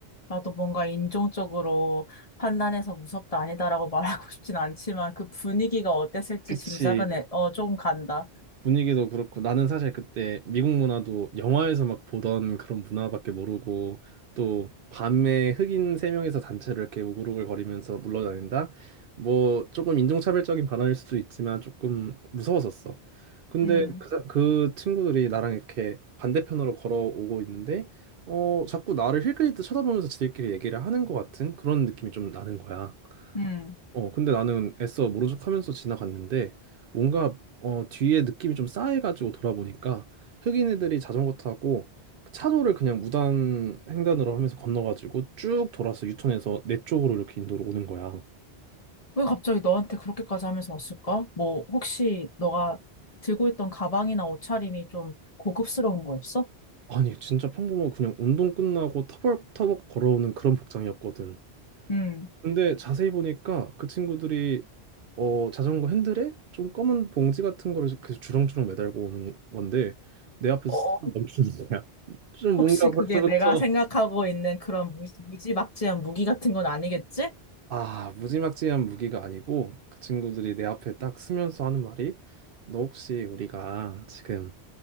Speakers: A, on the left (about 35°); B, on the right (about 65°).
A: 나도 뭔가 인종적으로 판단해서 무섭다 아니다라고 말하고 <laughs> 싶진 않지만 그 분위기가 어땠을지
B: 그치.
A: 짐작은 해. 어, 조금 간다.
B: 분위기도 그렇고 나는 사실 그때 미국 문화도 영화에서 막 보던 그런 문화밖에 모르고 또 밤에 흑인 세 명이서 단체로 이렇게 우글우글거리면서 물러다닌다? 뭐 조금 인종차별적인 발언일 수도 있지만 조금 무서웠었어. 근데
A: 음,
B: 그, 사- 그 친구들이 나랑 이렇게 반대편으로 걸어오고 있는데 어 자꾸 나를 힐끗힐끗 쳐다보면서 지들끼리 얘기를 하는 것 같은 그런 느낌이 좀 나는 거야.
A: 음.
B: 어, 근데 나는 애써 모른 척하면서 지나갔는데 뭔가 어, 뒤에 느낌이 좀 싸해가지고 돌아보니까 흑인 애들이 자전거 타고 그 차도를 그냥 무단 횡단으로 하면서 건너가지고 쭉 돌아서 유턴해서 내 쪽으로 이렇게 인도로 오는 거야.
A: 왜 갑자기 너한테 그렇게까지 하면서 왔을까? 뭐, 혹시 너가 들고 있던 가방이나 옷차림이 좀 고급스러운 거였어?
B: 아니 진짜 평범하고 그냥 운동 끝나고 터벅터벅 걸어오는 그런 복장이었거든.
A: 음.
B: 근데 자세히 보니까 그 친구들이 어 자전거 핸들에 좀 검은 봉지 같은 거를 그 주렁주렁 매달고 오는 건데 내 앞에서
A: 어,
B: 멈추는 거야. 좀 뭔가
A: 혹시
B: 벌써부터
A: 그게 내가 생각하고 있는 그런 무- 무지막지한 무기 같은 건 아니겠지?
B: 아 무지막지한 무기가 아니고 그 친구들이 내 앞에 딱 서면서 하는 말이 너 혹시 우리가 지금